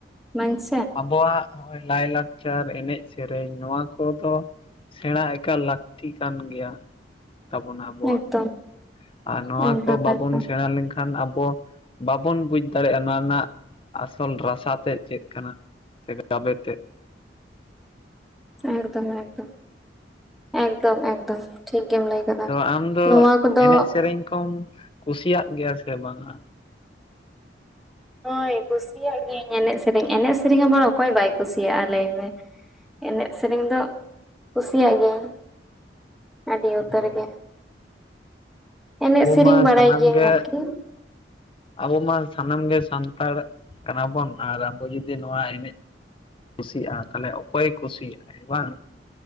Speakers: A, in the centre; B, on the left (about 30°).
A: ᱢᱟᱹᱱᱥᱮ
B: ᱵᱚᱣᱟᱜ ᱦᱚᱸᱜᱼᱚᱭ ᱞᱟᱭ ᱞᱟᱠᱪᱟᱨ ᱮᱱᱮᱡ ᱥᱮᱨᱮᱧ ᱱᱚᱣᱟ ᱠᱚᱫᱚ ᱥᱮᱬᱟ ᱮᱠᱟᱞ ᱞᱟᱠᱛᱤ ᱠᱟᱱ ᱜᱮᱭᱟ ᱛᱟᱵᱚᱱᱟ ᱟᱵᱚᱣᱟᱜ
A: ᱮᱠᱫᱚᱢ
B: ᱟᱨ ᱱᱚᱣᱟ
A: ᱮᱠᱫᱚᱢ
B: ᱠᱚ ᱵᱟᱵᱚᱱ
A: ᱮᱠᱫᱚᱢ
B: ᱥᱮᱬᱟ ᱞᱮᱱ ᱠᱷᱟᱱ ᱟᱵᱚ ᱵᱟᱵᱚᱱ ᱵᱩᱡᱽ ᱫᱟᱲᱮᱭᱟᱜᱼᱟ ᱱᱚᱣᱟ ᱨᱮᱱᱟᱜ ᱟᱥᱚᱞ ᱨᱟᱥᱟ ᱛᱮᱜ ᱪᱮᱫ ᱠᱟᱱᱟ ᱥᱮ ᱜᱟᱵᱮ ᱛᱮᱜ
A: ᱮᱠ ᱫᱚ ᱮᱠᱫᱚᱢ ᱮᱠᱫᱚᱢ ᱮᱠᱫᱚᱢ ᱮᱠᱫᱚᱢ ᱴᱷᱤᱠ ᱜᱮᱢ ᱞᱟᱹᱭ ᱠᱟᱫᱟ
B: ᱟᱫᱚ ᱟᱢ ᱫᱚ
A: ᱱᱚᱣᱟ ᱠᱚᱫᱚ
B: ᱮᱱᱮᱡ ᱥᱮᱨᱮᱧ ᱠᱚᱢ ᱠᱩᱥᱤᱭᱟᱜ ᱜᱮᱭᱟ ᱥᱮ ᱵᱟᱝᱼᱟ
A: ᱦᱳᱭ ᱠᱩᱥᱤᱭᱟᱜ ᱜᱤᱭᱟᱹᱧ ᱮᱱᱮᱡ ᱥᱮᱨᱮᱧ ᱮᱱᱮᱡ ᱥᱮᱨᱮᱧ ᱟᱵᱟᱨ ᱚᱠᱚᱭ ᱵᱟᱭ ᱠᱩᱥᱤᱭᱟᱜᱼᱟ ᱞᱟᱹᱭ ᱢᱮ ᱮᱱᱮᱡ ᱥᱮᱨᱮᱧ ᱫᱚ ᱠᱩᱥᱤᱭᱟᱜ ᱜᱤᱭᱟᱹᱧ ᱟᱰᱤ ᱩᱛᱟᱹᱨ
B: ᱦᱳᱭ
A: ᱜᱮ ᱮᱱᱮᱡ
B: ᱟᱵᱚ
A: ᱥᱮᱨᱮᱧ
B: ᱢᱟ
A: ᱵᱟᱲᱟᱭ
B: ᱥᱟᱱᱟᱢᱜᱮ
A: ᱜᱤᱭᱟᱹᱧ ᱟᱨᱠᱤ
B: ᱟᱵᱚ ᱢᱟ ᱥᱟᱱᱟᱢ ᱜᱮ ᱥᱟᱱᱛᱟᱲ ᱠᱟᱱᱟᱵᱚᱱ ᱟᱨ ᱟᱵᱚ ᱡᱩᱫᱤ ᱱᱚᱣᱟ ᱮᱱᱮᱡ ᱠᱩᱥᱤᱟᱜᱼᱟ ᱛᱟᱦᱚᱞᱮ ᱚᱠᱚᱭ ᱠᱩᱥᱤᱭᱟᱜᱼ ᱟ ᱵᱟᱝ